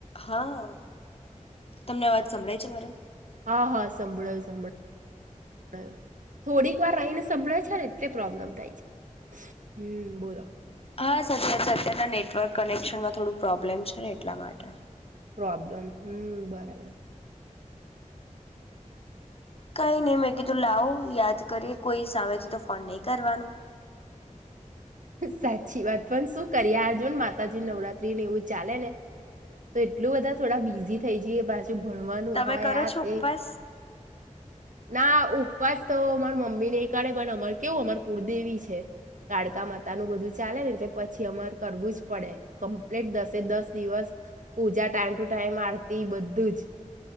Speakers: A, on the left (about 45°); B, on the right (about 75°).
A: હા તમને અવાજ સંભળાય છે મારો.
B: હા હા સાંભળો સાભળ થોડીક તું આ રહીને સંભળે છે ને એટલે પ્રોબ્લેમ થાય છે. હમ્મ બોલો.
A: હા સર છે અત્યના નેટવર્ક કનેક્શનમાં થોડું પ્રોબ્લેમ છે ને એટલા માટે.
B: પ્રોબ્લેમ હમ્મ બરાબર.
A: કઈ નહી મે કીધું લાવો યાદ કરીએ કોઈ સામેથી તો ફોન નહી કરવાનું.
B: સાચી વાત પણ શું કરી અર્જુ માતાજી નવરાત્રીને એવું ચાલે ને તો એટલું બધા થોડા બિઝી થઈ જઈએ પાછ ભણવાનું
A: તમે
B: હોય
A: કરો
B: આ
A: છો
B: તે
A: ઉપવાસ
B: ના પાસ તો અમાર મમ્મી નહીં કાઢે પણ બટ એવું અમારે કુળદેવી છે. કાળકા માતા નું બધું ચાલે ને એટલે પછી અમારે કરવું જ પડે કમ્પ્લીટ દસે દસ દિવસ પૂજા ટાઈમ ટુ ટાઈમ આવતી બધું જ.